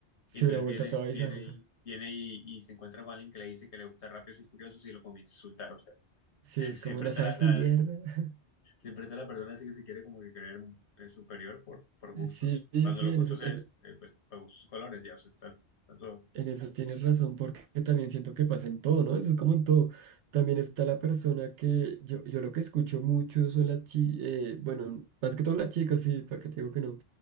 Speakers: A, on the right (about 80°); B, on the left (about 70°).
A: sí,
B: Y entonces
A: una vuelta
B: viene,
A: toda visajosa.
B: viene, y- viene y, y se encuentra con alguien que le dice que le gusta Rápidos y Furiosos y lo comienza a insultar, o sea, <laughs>
A: Sí,
B: siempre
A: es como no
B: está
A: sabes
B: la, la-
A: ni mierda. <laughs>
B: Siempre está la persona así que se quiere como que creer eh, superior por, por gustos.
A: Sí, sí,
B: Cuando
A: sí,
B: los gustos
A: en eso,
B: es,
A: es-
B: eh, pues, para gustos colores, ya, o sea, está, está todo.
A: en eso tienes razón, porque también siento que pasa en todo, ¿no? Eso es como en todo. También está la persona que yo, yo lo que escucho mucho son las chicas, bueno, más que todo las chicas, sí, para que te digo que no,